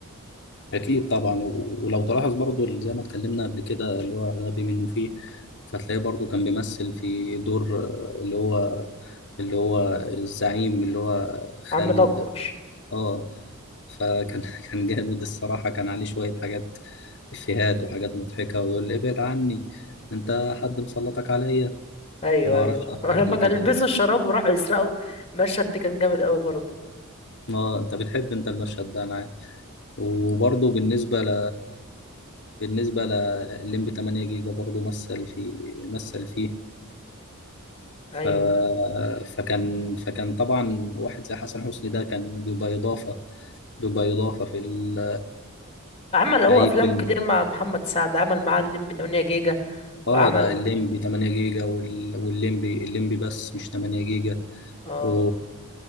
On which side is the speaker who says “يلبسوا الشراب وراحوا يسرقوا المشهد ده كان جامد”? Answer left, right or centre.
Left